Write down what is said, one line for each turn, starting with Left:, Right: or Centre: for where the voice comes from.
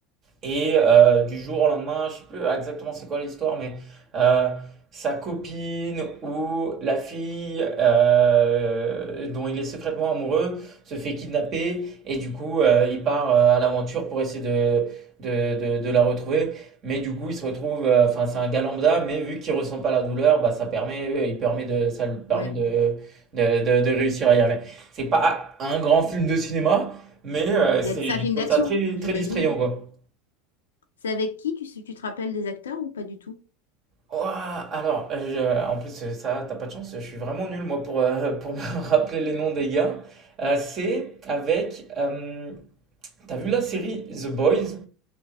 Right: Et euh, du jour au lendemain, je ne sais plus exactement c'est quoi l'histoire, mais euh, sa copine ou la fille euh, dont il est secrètement amoureux se fait kidnapper et du coup euh, il part euh, à l'aventure pour essayer de, de, de- de la retrouver. Mais du coup il se retrouve, euh, enfin c'est un gars lambda, mais vu qu'il ressent pas la douleur, bah, ça permet, euh, il permet de, ça lui permet
Left: Ouais.
Right: de, de, de- de réussir à y arriver. C'est pas un grand film de cinéma, mais euh, c'est,
Left: Il y a- C'est
Right: je
Left: un film
Right: trouve
Left: d'action,
Right: ça très,
Left: j'imagine.
Right: très distrayant quoi.
Left: C'est avec qui? Tu sais, tu te rappelles des acteurs ou pas du tout?
Right: Ouah, alors, euh, je- en plus, euh, ça, t'as pas de chance, je suis vraiment nul, moi, pour, euh, <laughs> pour me rappeler les noms des gars. Euh, c'est avec. euh, t'as vu la série The Boys?